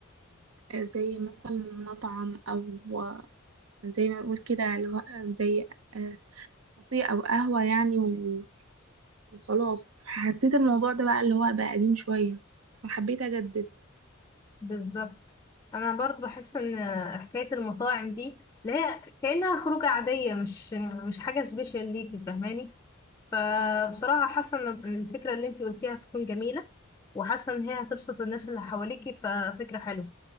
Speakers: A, on the right; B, on the left.
A: آه، زي مثلا مطعم او زي ما بنقول كده اللي هو آه، زي آه، كافيه او قهوة يعني و- وخلاص حسيت الموضوع ده بقى اللي هو بقى قديم شوية فحبيت اجدد
B: بالظبط انا برضو بحس ان حكايه المطاعم دي اللي هي كانها خروجه عاديه مش مش حاجه سبيشال ليكي فاهماني فبصراحه حاسه ان الفكره اللي انتي قلتيها هتكون جميله وحاسه ان هي هتبسط الناس اللي حواليكي ففكره حلوه